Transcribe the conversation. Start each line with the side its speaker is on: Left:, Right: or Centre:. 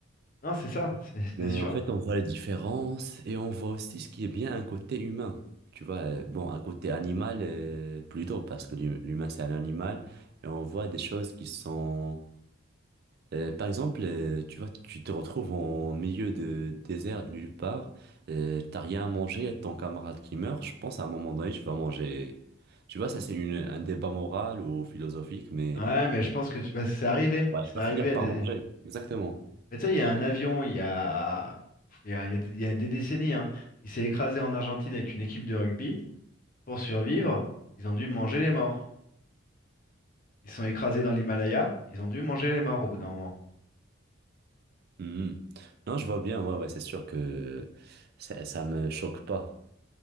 Left: Non, c'est ça, c'est <laughs>
Right: Mais
Left: c'est sûr.
Right: en fait, on voit les différences et on voit aussi ce qui est bien un côté humain. Tu vois, euh, bon, un côté animal, euh, plutôt, parce que l'hu- l'humain, c'est un animal, et on voit des choses qui sont euh, par exemple, euh, tu vois, tu te retrouves en milieu de désert, de nulle part, euh, t'as rien à manger, et ton camarade qui meurt, je pense à un moment donné, tu vas manger. Tu vois, ça c'est une, un débat moral ou philosophique, mais
Left: Ouais, mais je pense que tu- bah, c'est arrivé. C'est
Right: tu vas
Left: arrivé
Right: finir
Left: à
Right: par
Left: des.
Right: manger. Exactement.
Left: Mais tu sais, il y a un avion, il y a, il y a, il y a des il y a des décennies, hein, qui s'est écrasé en Argentine avec une équipe de rugby. Pour survivre, ils ont dû manger les morts. Ils sont écrasés dans l'Himalaya, ils ont dû manger les morts au bout d'un moment.
Right: Mhm. Non, je vois bien, ouais, ouais, c'est sûr que ça, ça me choque pas.